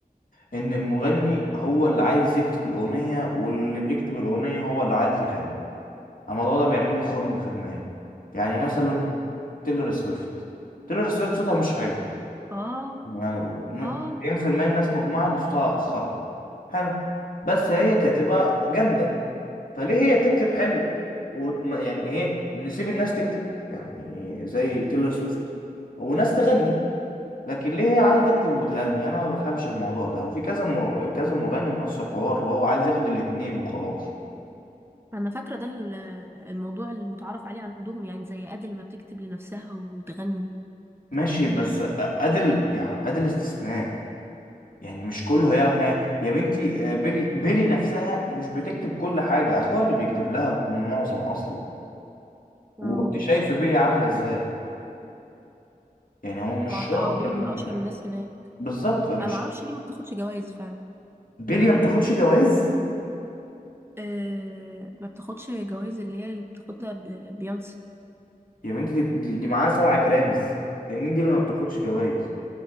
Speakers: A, on the left (about 65°); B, on the right (about 15°).
A: ان المغني هو اللي عايز يكتب الاغنيه واللي بيكتب الاغنيه هو اللي عايز يغني الموضوع ده بيعمل لي خرم في دماغي يعني مثلا تيلر سويفت تيلر سويفت صوتها مش حلو
B: اه
A: يعني ن-
B: اه
A: 90% الناس مجمعة ان صوتها خرا حلو بس هي كاتبة جامدة فليه هي تكتب حلو وما- يعني هي نسيب الناس تكتب يعني زي تيلر سويفت وناس تغني لكن ليه هي عايزة تكتب وتغني انا ما بفهمش الموضوع ده وفي كذا م... كذا مغني بنفس الحوار اللي هو عايز ياخد الاتنين وخلاص
B: انا فاكره ده ال- الموضوع المتعارف عليه عندهم يعني زي ادل ما بتكتب لنفسها وتغني
A: ماشي بس أ- أدل يعني أدل استثناء يعني مش كله هيعرف يعني يا بنتي آه، بيلي بيلي نفسها مش بتكتب كل حاجة أخوها اللي بيكتب لها معظم أصلا وأنت
B: اه
A: شايف بيلي عاملة إزاي يعني هو مش
B: مع-
A: شرط
B: اه بالي
A: ال-
B: من اشهر الناس هناك
A: بالظبط مش
B: انا ما اعرفش ليه ما بتاخدش جوائز فعلا
A: بيلي ما بتاخدش جوائز
B: أه ما بتاخدش جوائز اللي هي اللي بتاخدها ب- بيونسي
A: يا بنتي دي, دي, دي معاها سبعة جرامز يعني مين دي اللي ما بتاخدش جوائز